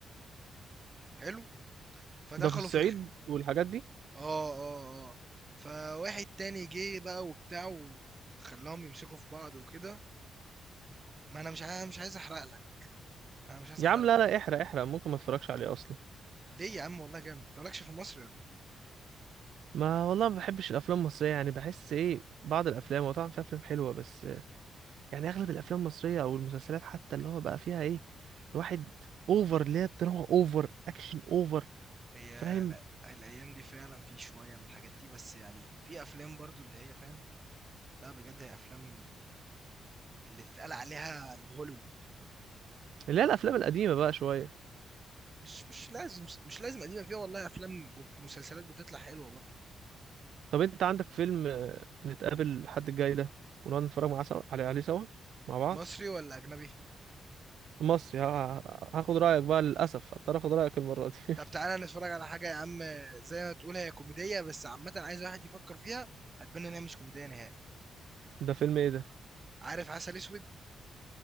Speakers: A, on the right (about 35°); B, on the right (about 75°).
A: حلو فدخلوا
B: ده في الصعيد
A: في خ...
B: والحاجات دي
A: اه اه اه فواحد تاني جه بقى وبتاع وخلاهم يمسكوا في بعض وكده ما انا مش عايز مش عايز احرق لك انا مش عايز
B: يا
A: احرق
B: عم لا
A: لك
B: لا
A: بجد
B: احرق احرق ممكن ما اتفرجش عليه اصلا
A: ليه يا عم والله جامد انت مالكش في مصر ولا ايه
B: ما والله ما بحبش الافلام المصرية يعني بحس ايه بعض الافلام وطبعا في افلام حلوة بس يعني اغلب الافلام المصريه او المسلسلات حتى اللي هو بقى فيها ايه الواحد اوفر اللي هي الدراما اوفر اكشن اوفر
A: هي
B: فاهم
A: لا الايام دي فعلا في شوية من الحاجات دي بس يعني في افلام برضو اللي هي فاهم لا بجد هي افلام اللي تتقال عليها من هوليوود
B: اللي هي الافلام القديمه بقى شويه
A: مش مش لازم مش لازم قديمه فيها والله افلام ومسلسلات بتطلع حلوه برضه
B: طب انت عندك فيلم آه، نتقابل الحد الجاي ده ونقعد نتفرج معاه سوا عليه عليه سوا مع بعض
A: مصري ولا اجنبي
B: مصري ه- هاخد رايك بقى للاسف هضطر اخد رايك المره دي
A: طب تعالى نتفرج على حاجه يا عم زي ما تقول هي كوميديه بس عامه عايز واحد يفكر فيها هتبان ان هي مش كوميديه نهائي
B: <laughs> ده فيلم ايه ده
A: عارف عسل اسود